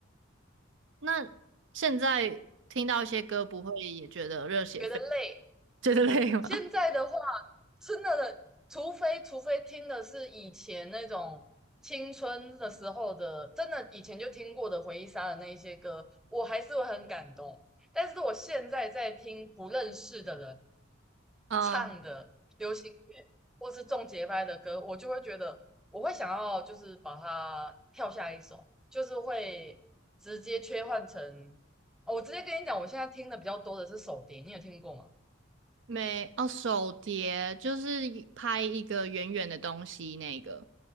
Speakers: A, on the right (about 65°); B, in the centre.
A: 那现在听到一些歌，不会也觉得热血沸，
B: 觉得累。
A: 觉得累吗？
B: 现在的话，
A: <laughs>
B: 真的，除非除非听的是以前那种青春的时候的，真的以前就听过的回忆杀的那一些歌，我还是会很感动。但是我现在在听不认识的人
A: 嗯，
B: 唱的流行乐或是重节拍的歌，我就会觉得我会想要就是把它跳下一首，就是会直接切换成，哦，我直接跟你讲，我现在听的比较多的是手碟，你有听过吗？
A: 没，哦，手碟就是一拍一个圆圆的东西那个。